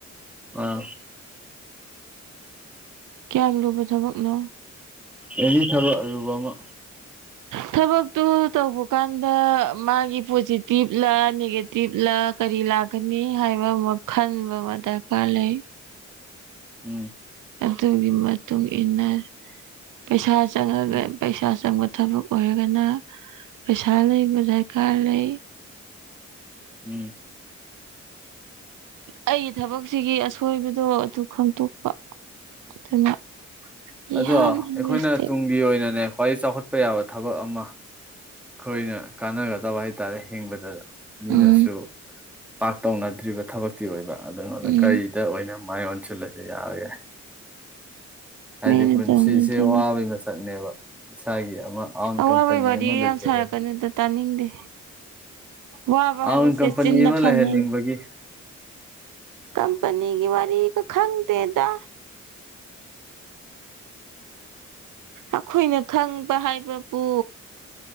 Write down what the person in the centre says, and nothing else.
ꯑꯥ
ꯑꯦꯅꯤ ꯊꯕꯛ ꯑꯔꯨꯕ ꯑꯃ
ꯎꯝ
ꯎꯝ
ꯎꯝ
ꯑꯗꯣ
ꯑꯩꯈꯣꯏꯅ
ꯇꯨꯡꯒꯤ ꯑꯣꯏꯅꯅꯦ ꯈ꯭ꯋꯥꯏ ꯆꯥꯎꯈꯠꯄ ꯌꯥꯕ ꯊꯕꯛ ꯑꯃ ꯑꯩꯈꯣꯏꯅ ꯀꯥꯟꯅꯒꯗꯕ ꯍꯥꯏꯇꯥꯔꯦ ꯍꯤꯡꯕꯗ ꯃꯤꯅꯁꯨ
ꯄꯥꯛ ꯇꯧꯅꯗ꯭ꯔꯤꯕ ꯊꯕꯛꯇꯤ ꯑꯣꯏꯕ ꯑꯗꯨ
ꯀꯔꯤꯗ ꯑꯣꯏꯅ ꯃꯥꯏ ꯑꯣꯟꯁꯤꯜꯂꯒ ꯌꯥꯕ ꯌꯥꯏ ꯍꯥꯏꯗꯤ
ꯄꯨꯟꯁꯤꯁꯦ
ꯋꯥꯕꯩ ꯃꯁꯛꯅꯦꯕ ꯏꯁꯥꯒꯤ ꯑꯃ ꯑꯥꯎꯟ
ꯀꯝꯄꯅꯤ
ꯑꯃ ꯂꯩꯖꯕꯅ
ꯑꯥꯎꯟ
ꯀꯝꯄꯅꯤ
ꯑꯃ
ꯂꯩꯍꯟꯅꯤꯡꯕꯒꯤ